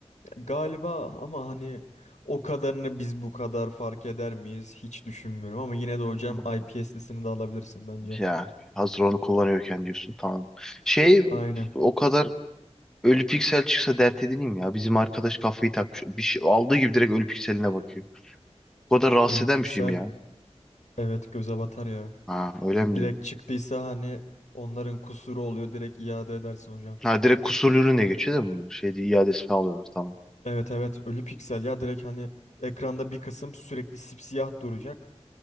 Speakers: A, on the left; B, in the centre.
A: Galiba ama hani o kadarını biz bu kadar fark eder miyiz hiç düşünmüyorum ama yine de hocam
B: Hı.
A: IPS'lisini de alabilirsin bence.
B: Ya hazır onu kullanıyorken diyorsun tamam. Şey
A: Aynen.
B: o kadar ölü piksel çıksa dert edineyim ya. Bizim arkadaş kafayı takmış. Bir şey aldığı gibi direkt ölü pikseline bakıyor. O kadar rahatsız
A: Ölü
B: eden
A: piksel
B: bir şey mi ya?
A: evet göze batar ya.
B: Ha öyle mi
A: Direkt
B: diyorsun?
A: çıktıysa hani onların kusuru oluyor direkt iade edersin hocam.
B: Ha direkt kusurlu ürüne geçiyor değil mi bunlar? Şey değil, iadesi alıyorlar tamam.
A: Evet evet ölü piksel ya direkt hani ekranda bir kısım sürekli sipsiyah duracak